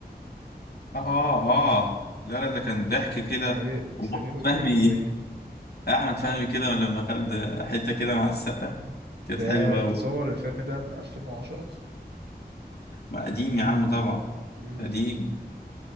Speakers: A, on the left; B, on the right.
A: اه اه لا لا ده كان ضحك كده
B: سمير
A: واحمد
B: سمير وشهير
A: فهمي
B: وبهير
A: احمد فهمي كده لما خد حته كده مع السقه كانت
B: ده
A: حلوه
B: تصور
A: و...
B: الفيلم ده من 2010
A: ما قديم يا عم طبعا
B: امم
A: قديم